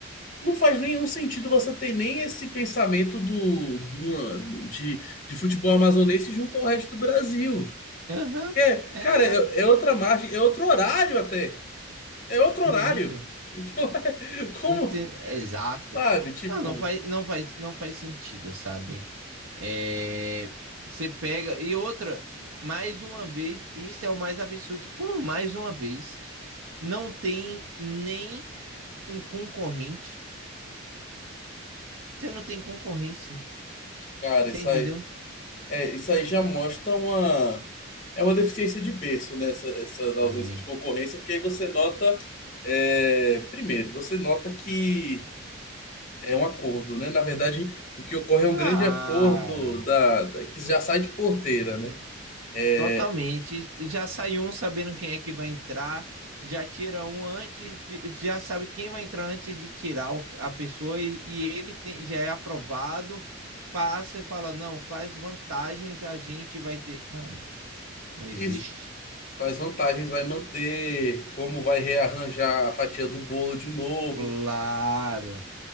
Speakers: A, on the left; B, on the right.
A: não faz nenhum sentido você ter nem esse pensamento do, de, uma- de, de futebol amazonense junto ao resto do Brasil.
B: Aham.
A: É,
B: uhum. É
A: cara,
B: exato.
A: é, é outra margem, é outro horário até. É outro horário.
B: Muito.
A: Então, <laughs> como,
B: Enten- Exato.
A: sabe? Tipo,
B: Não, não faz, não faz, não faz sentido, sabe? É, você pega. E outra, mais uma vez, isso é o mais absurdo. Como mais uma vez, não tem nem um concorrente. Você não tem concorrência.
A: cara,
B: Você
A: isso
B: entendeu?
A: aí, é, isso aí já mostra uma, é uma deficiência de berço, né? Essa, essa da
B: Muito.
A: ausência de concorrência, porque aí você nota, é, primeiro, você nota que é um acordo, né? Na verdade, o que ocorre é um
B: Claro.
A: grande acordo da, da- que já sai de porteira, né? É,
B: Totalmente. Já sai um sabendo quem é que vai entrar, já tira um antes, de- já sabe quem vai entrar antes de tirar o- a pessoa e, e ele tem- já é aprovado, passa e fala, não, quais vantagens a gente vai ter? Mano, não existe.
A: isso. Quais vantagens vai manter, como vai rearranjar a fatia do bolo de novo.
B: Claro.